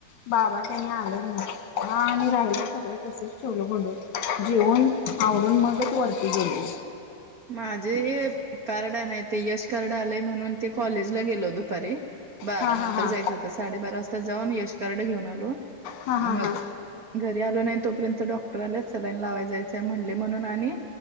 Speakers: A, on the left; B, on the right.
A: बाबा त्यानी आलं, म्ह आणि राहिलं सगळं तसच ठेवलं वढुन जेऊन, आवरुन मगच वरती गेलो.
B: माझे कार्ड हाय माहिती हाय, ते यश कार्ड आलंय म्हणून ते कॉलेज ला गेलो दुपारी बारा
A: हा हा
B: नंतर
A: हा
B: जायचं होतं, साडेबारा वाजता जाऊन यश कार्ड घेऊन आलो
A: हा हा
B: मग
A: हा
B: घरी आलो नाही तोपर्यंत, डॉक्टर आल्यात सलाईन लावाय जायचंय म्हणले म्हणून, आणि